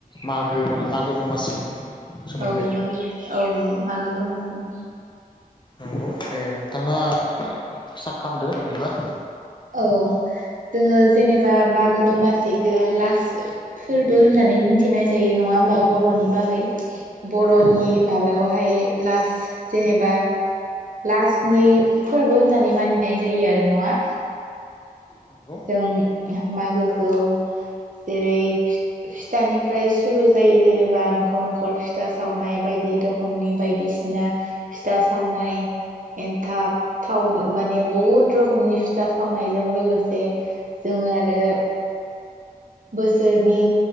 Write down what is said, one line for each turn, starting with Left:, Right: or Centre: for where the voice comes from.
Left: मागो माने मागो दमासिनि सोमोन्दै।
Right: औ मागो औ मागो दमासिनि।
Left: नंगौ। दे नोंथाङा आ ओ स्टार्ट खालामदो बिदिबा।
Right: औ जोङो जेनेबा मागो दमासिखो लास फोरबो होननानै मिथिनाय जायो। नङा होमबा बर'नि बागै। बर'नि
Left: नंगौ
Right: माबायावहाय लास जेनेबा लासनि फोरबो होननानै मानिनाय जायो आरो नङा।
Left: नंगौ
Right: जों मागोखौ जेरै फिथ-फिथानिफ्राय सुरु जायो जेनेबा न'खर न'खर फिथा सावनाय बायदि रखमनि बायदिसिना फिथा सावनाय एन्थाब थावन माने बहुद रोखमनि फिथा सावनायजों लोगोसे जों आरो बोसोरनि